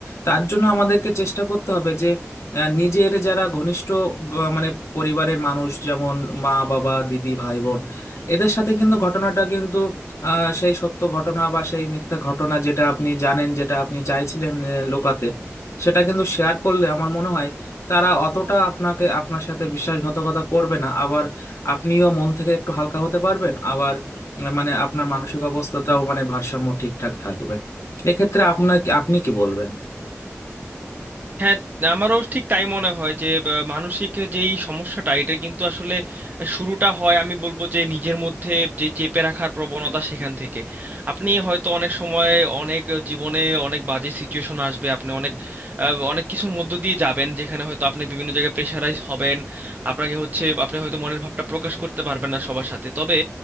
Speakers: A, on the left; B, on the right.
A: তার জন্য আমাদেরকে চেষ্টা করতে হবে যে আহ, নিজের যারা ঘনিষ্ঠ আহ, মানে পরিবারের মানুষ যেমন মা বাবা দিদি ভাই বোন এদের সাথে কিন্তু ঘটনাটা কিন্তু আহ, সেই সত্য ঘটনা বা সেই মিথ্যা ঘটনা যেটা আপনি জানেন যেটা আপনি চাইছিলেন আহ, লোকাতে সেটা কিন্তু শেয়ার করলে আমার মনে হয় তারা অতটা আপনাকে আপনার সাথে বিশ্বাসঘাতকতা করবে না আবার আপনিও মন থেকে একটু হালকা হতে পারবেন আবার মানে আপনার মানসিক অবস্থাটাও মানে ভারসাম্য ঠিকঠাক থাকবে এক্ষেত্রে আপনার আপনি কি বলবেন
B: হ্যাঁ আমারও ঠিক তাই মনে হয় যে আহ, মানসিক যেই সমস্যাটা এটা কিন্তু আসলে শুরুটা হয় আমি বলবো যে নিজের মধ্যে যে চেপে রাখার প্রবণতা সেখান থেকে আপনি হয়তো অনেক সময় অনেক জীবনে অনেক বাজে সিচুয়েশন আসবে আপনি অনেক আহ, অনেক কিছুর মধ্য দিয়ে যাবেন যেখানে হয়তো আপনি বিভিন্ন জায়গায় প্রেশারাইজ হবেন আপনাকে হচ্ছে আপনি হয়তো মনের ভাবটা প্রকাশ করতে পারবেন না সবার সাথে তবে